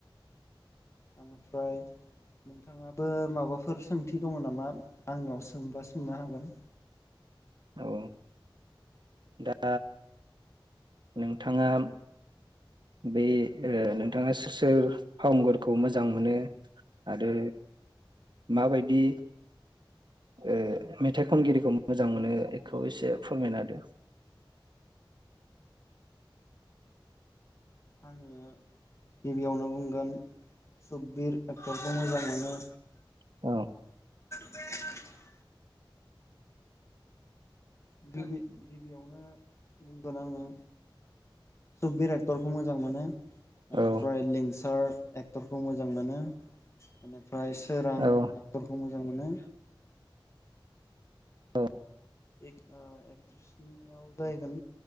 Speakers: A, on the left; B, on the right.
A: ओनिफ्राय नोंथाङाबो माबाफोर सोंथि दङ नामा आंनियाव सोंबा सोंनो हागोन।
B: औ दा नोंथाङा बे ओ नोंथाङा सोर सोर फावुंगुरखौ मोजां मोनो आरो माबायदि ओ मेथाइ खनगिरिखौ मोजां मोनो एखौ एसे फोरमायना होदो।
A: आङो गिबियावनो बुंगोन सुगबिर एक्टरखौ मोजां मोनो।
B: औ
A: <unintelligible> <unintelligible> गिबियावनो बुंगोन आङो सुगबिर एक्टर खौ मोजां मोनो।
B: औ
A: एनिफ्राय लिंसार एक टरखौ मोजां मोनो इनि फ्राय सोरां
B: औ
A: एक्टरखौ मोजां मोनो
B: औ
A: एक ओ एक्ट्रिसनियाव जाहगोन